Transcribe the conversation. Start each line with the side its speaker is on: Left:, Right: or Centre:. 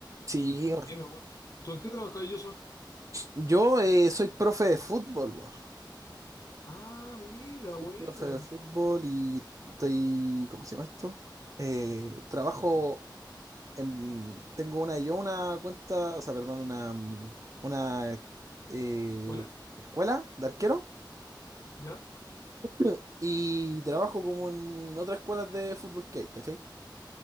Right: Sí, weón.
Left: sí, me gusta. ¿Tú en qué trabajas, Joshua?
Right: yo eh, soy profe de fútbol, weón.
Left: Ah, mira,
Right: Soy
Left: buena.
Right: profe de fútbol y estoy, ¿cómo se llama esto? Eh, trabajo en, tengo una, yo una cuenta, o sea, perdón, una, mm, una eh,
Left: Hola,
Right: escuela de arquero
Left: ¿ya?
Right: <clears throat> y trabajo como en otras escuelas de fútbol que hay, ¿cachai?